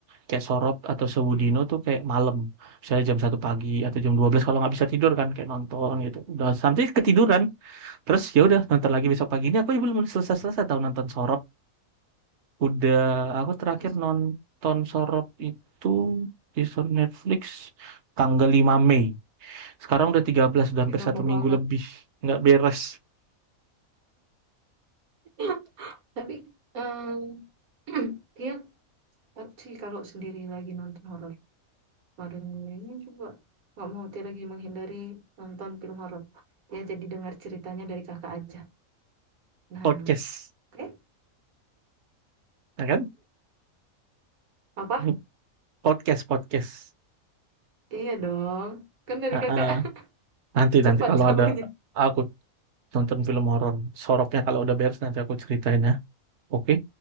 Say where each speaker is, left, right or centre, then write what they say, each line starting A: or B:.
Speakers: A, on the right; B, on the right.
A: kayak Sorop atau Sewudino
B: Hmm.
A: tuh kayak malam. Misalnya jam satu pagi atau jam 12 kalau nggak bisa tidur kan kayak nonton gitu. Udah sampai ketiduran. Terus ya udah nonton lagi
B: Hmm.
A: besok paginya aku belum selesai-selesai tahu nonton Sorop. Udah, aku terakhir
B: Ih,
A: nonton Sorop itu di sur- Netflix tanggal 5 Mei. Sekarang udah tiga belas udah hampir
B: Nggak
A: satu
B: mau banget.
A: minggu lebih. Nggak beres
B: <laughs> Tapi eh, <clears throat> dia Tapi sih kalau sendiri lagi nonton horor kemarin ini juga nggak mau Tia lagi menghindari nonton film horor. Dia jadi dengar ceritanya dari kakak aja. Nah,
A: podcast.
B: oke,
A: Ya kan?
B: Apa?
A: <laughs> Podcast, podcast.
B: Iya dong, kan dari
A: Ah,
B: kakak
A: ah.
B: <laughs>
A: Nanti,
B: cepat
A: nanti kalau
B: tahunya.
A: ada aku nonton film horor. Soropnya kalau udah beres nanti aku ceritain ya. Oke?